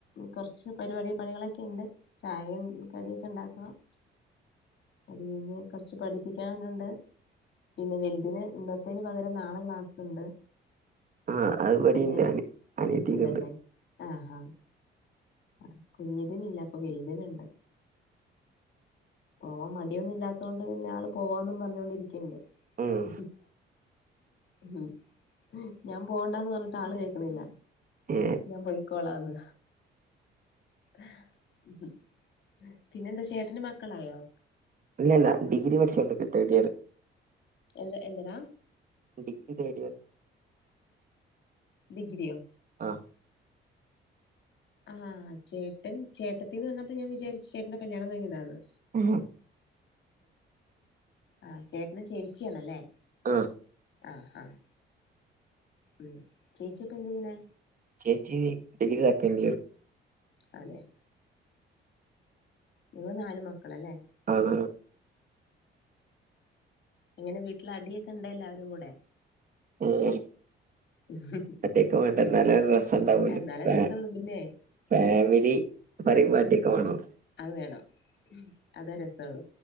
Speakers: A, on the left; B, on the right.
A: കൊറ്ച്ച് പരിപാടി പണികളൊക്കെ ഉണ്ട്. ചായും കടിയൊക്കെ ഇണ്ടാക്കണം. അത് കഴിഞ്ഞ്കൊറ്ച്ച് പഠിപ്പിക്കാന്ണ്ട് പിന്നെ വൽതിന് ഇന്നത്തേന് പകരം നാളെ ക്ലാസ് ഇണ്ട്
B: ആഹ് അത് ഇവിടെണ്ട്
A: ശനിയാഴ്ച
B: അനി അനിയത്തിക്ക്ണ്ട്
A: ഇണ്ടല്ലേ ആഹ് ഹാ ആഹ് കുഞ്ഞതിന് ഇല്ല. അപ്പൊ വൽത് ന് ഇണ്ട്. പോവാൻ മടിയൊന്നും ഇല്ലാത്തോണ്ട് പിന്നെ ആള് പോവാന്നും പറഞ്ഞോണ്ടിരിക്ക്ണ്ട്.
B: ഉം
A: ഉംഹും ഹും <inaudible> ഞാൻ പോണ്ടാന്ന് പറ്ഞ്ഞിട്ട് ആള് കേക്കുന്നില്ല.
B: ഏഹ്
A: ഞാൻ പൊയ്ക്കോളാന്ന് <inaudible> പിന്നെന്താ ചേട്ടന് മക്കളായോ
B: ഇല്ലല്ല. ഡിഗ്രി പഠിച്ചോണ്ടിരിക്കാ തേർഡ് ഇയർ
A: എന്ത് എന്തനാ
B: ഡിഗ്രി തേഡ്ഇയർ
A: ഡിഗ്രിയോ
B: ആഹ്
A: ആഹ് ചേട്ടൻ ചേട്ടത്തിന്ന് പറ്ഞ്ഞപ്പോ ഞാൻ വിചാരിച്ചു ചേട്ടന്റെ കല്യാണം കഴിഞ്ഞതാന്ന്.
B: ഉം
A: ആഹ് ചേട്ടനും ചേച്ചിയാണല്ലേ?
B: ആഹ്.
A: ആഹ് ആഹ് ഉം ചേച്ചിക്കെന്ത്യ്യണേ?
B: ചേച്ചി ഡിഗ്രി സെക്കൻഡിയർ.
A: അതെ. ഇങ്ങള് നാല് മക്കളല്ലേ?
B: ആണ്
A: ഇങ്ങനെ വീട്ടിലഡ്യോക്കെ ഇണ്ട എ ല്ലാവരും കൂടെ?
B: ഉം
A: ഉം.
B: അട്ടിക്കെ വേണ്ട നല്ല രസം ഇണ്ടാവൊല്ലൊ
A: എന്നാലേ
B: ലേ.
A: രസള്ളൂ പിന്നെ.
B: ഫാമിലി പരിപാട്യോക്കെ മാണം.
A: അഹ് വേണം അതാ രസൊള്ളു.